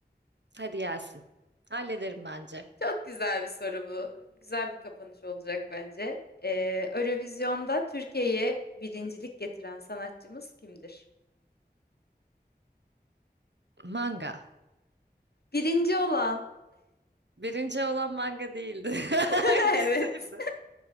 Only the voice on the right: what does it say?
Hadi gelsin. Hallederim bence.
Manga.
Birinci olan manga değildi. <laughs>
Hangisiydi?